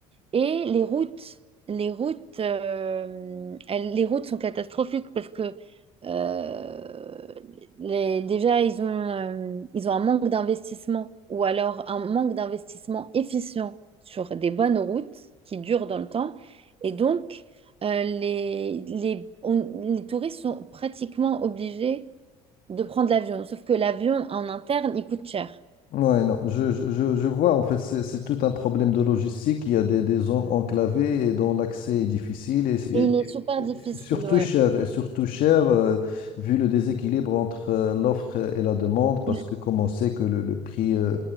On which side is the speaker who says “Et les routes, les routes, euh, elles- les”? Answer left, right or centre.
Right